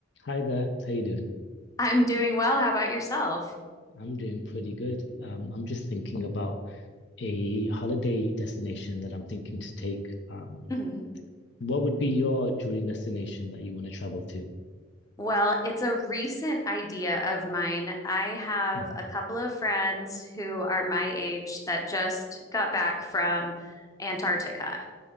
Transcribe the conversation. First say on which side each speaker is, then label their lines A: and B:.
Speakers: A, on the left; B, on the left.
A: Hi there. How you doing?
B: I'm doing well. How about yourself?
A: I'm doing pretty good. Um, I'm just thinking about a holiday destination that I'm thinking to take. Um,
B: hmm
A: what would be your dream destination that you want to travel to?
B: Well, it's a recent idea of mine. I have
A: Mhm.
B: a couple of friends who are my age that just got back from Antarctica.